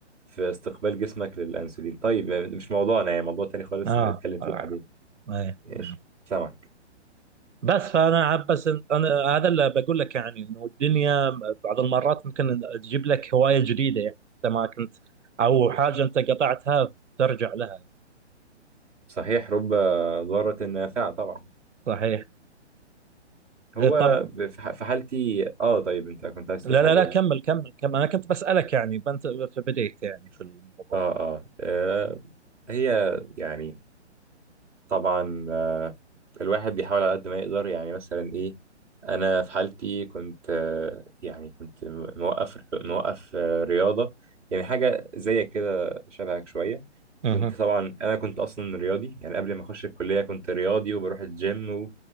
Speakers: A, in the centre; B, on the right.
A: في استقبال جسمك للانسولين طيب آه، مش موضوعنا يعني موضوع تاني خالص
B: اه,
A: نبقى نتكلم فيه
B: آه.
A: بعدين
B: أي.
A: ماشي
B: نعم
A: سامعك
B: بس فانا عب- بس إن- انا هذا اللي بقول لك يعني انه الدنيا بعض المرات ممكن تجيب لك هوايه جديده يعني انت ما كنت او حاجه انت قطعتها ترجع لها يعني.
A: صحيح رب ضارة نافعة طبعا
B: صحيح
A: هو
B: طب
A: ب- في ح- في حالتي اه طيب انت كنت عايز
B: لا
A: تقول حاجه
B: لا لا
A: قول
B: كمل كمل كمل أنا كنت بسألك يعني بنت فبديت يعني في الموضوع
A: اه اه آه، هي يعني طبعا آه، الواحد بيحاول على قد ما يقدر يعني مثلا ايه انا في حالتي كنت آه، يعني كنت موقف موقف آه، رياضه يعني حاجه زيك كده شبهك شويه
B: اها
A: كنت طبعا انا كنت اصلا رياضي يعني قبل ما اخش الكليه كنت رياضي وبروح الجيم